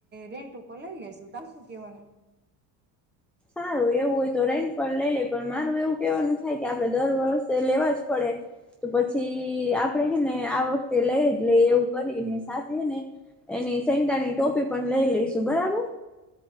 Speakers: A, on the right; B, in the centre.
A: રેન્ટ ઉપર લઈ લઈસુ તા સુું કેવાનું
B: સારું એવું હોય તો રેન પર લઈ લે પણ મારું એવું કેવાનું થાય કે આપડે દર વર્ષે લેવા જ પડે તો પછી આપડે હેને આ વખતે લઈ જ લેઈ એવું કરીને સાથેને હેને એ ની સેન્ટાની ટોપી પણ લઈ લઈશું બરાબર?